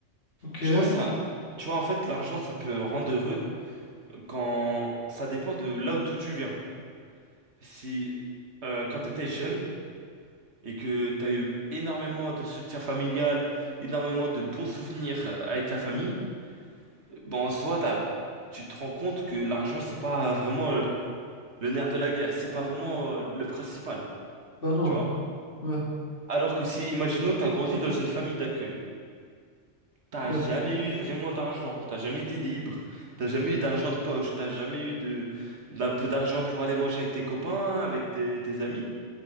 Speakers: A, on the left; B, on the right.
A: ok,
B: Je pense que ça, tu vois, en fait, l'argent, ça peut rendre heureux quand ça dépend de là d'où tu viens. Si euh, quand tu étais jeune, et que t'as eu énormément de soutien familial, énormément de bons souvenirs euh, avec la famille, bon, en soi, t'as, tu te rends compte que l'argent, c'est pas vraiment euh, le nerf de la guerre, c'est pas vraiment euh, le principal,
A: bah non.
B: tu vois?
A: Ouais,
B: Alors que si, imaginons, t'as grandi dans une famille d'accueil, t'as
A: ouais,
B: jamais eu vraiment d'argent, t'as jamais été libre, t'as jamais eu d'argent de poche, t'as jamais eu de, d'un peu d'argent pour aller manger avec tes copains, avec tes, tes amis,